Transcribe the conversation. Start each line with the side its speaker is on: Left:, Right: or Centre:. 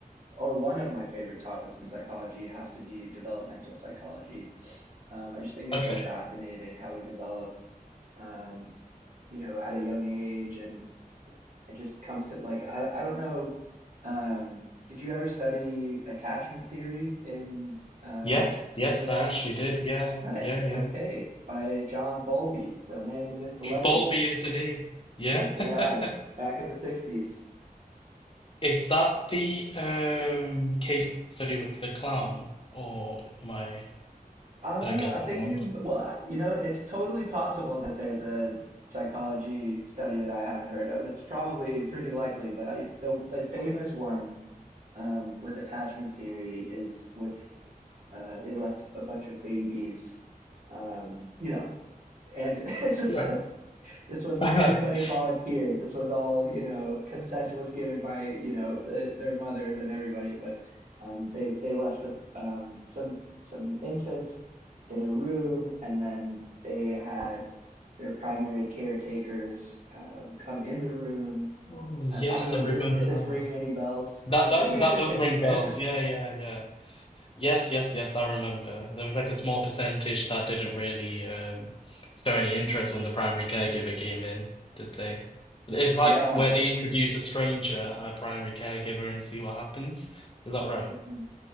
Right: or one of my favorite topics in psychology, has to be developmental psychology. Um, I just think it's
Left: Okay.
Right: so fascinating how we develop, um, you know, at a young age, and it just comes to like I, I don't know. Um, did you ever study attachment theory in um,
Left: Yes, yes,
Right: A levels?
Left: I actually did. Yeah,
Right: Nice.
Left: yeah, yeah.
Right: Okay. By John Bowlby, the man, the myth, the legend.
Left: Bowlby is the name. Yeah.
Right: That's the
Left: <laughs>
Right: guy back in the 60s.
Left: Is that the um case study with the clown, or am I,
Right: Uh,
Left: did I get
Right: I
Left: that
Right: think
Left: wrong?
Right: you, well, I- you know, it's totally possible that there's a psychology study that I haven't heard of. That's probably pretty likely, but I, the, the famous one, um, with attachment theory is with, uh, they left a bunch of babies, um, you know, and <laughs> it's just,
Left: Yeah.
Right: this was
Left: <laughs>
Right: everybody volunteered. This was all, you know, consent was given by, you know, the their mothers and everybody, but um, they they left the um, some some infants in a room, and then they had their primary caretakers um, come in the room.
Left: Oh,
Right: I,
Left: yes,
Right: I don't know,
Left: I
Right: is
Left: remember
Right: this is this
Left: now.
Right: ringing any bells?
Left: That
Right: It's
Left: that
Right: a pretty interesting
Left: that does ring
Right: experiment.
Left: bells. Yeah, yeah, yeah. Yes, yes, yes, I remember. There was like a small percentage that didn't really um show any interest when the primary caregiver came in, did they? It's like
Right: Yeah.
Left: where they introduce a stranger and a primary caregiver and see what happens. Is that right?
Right: Mhm.